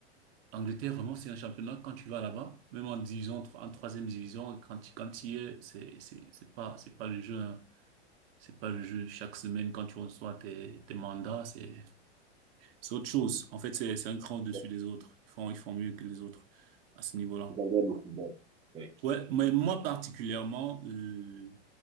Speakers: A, on the right; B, on the right.
A: Angleterre, vraiment, c'est un championnat, quand tu vas là-bas, même en division, tro- en troisième division, quand tu, quand tu y es, c'est, c'est, c'est pas, c'est pas le jeu, hein. C'est pas le jeu. Chaque semaine, quand tu reçois tes, tes mandats, c'est, c'est autre chose. En fait, c'est, c'est un cran au-dessus
B: que
A: des autres. Ils font, ils font mieux que les autres à ce niveau-là.
B: je regarde le football. Oui.
A: Ouais, mais moi particulièrement, euh,